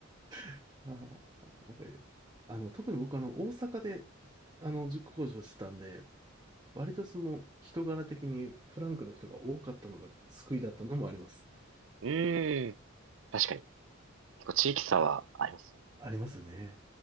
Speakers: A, on the right; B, on the right.
A: <laughs> あーなんかあの、特に僕あの、大阪で、あの、塾講師をしてたんで、割とその人柄的にフランクな人が多かったのが救いだったのもあります。
B: うーん。確かに。結構地域差はあります
A: 結構ありますよね。